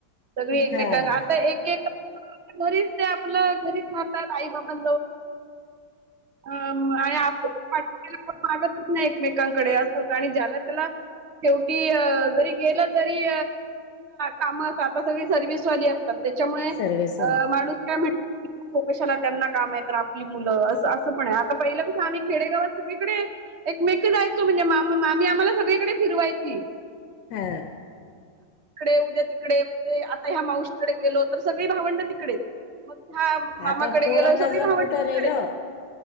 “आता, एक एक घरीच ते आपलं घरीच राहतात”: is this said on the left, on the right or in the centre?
Right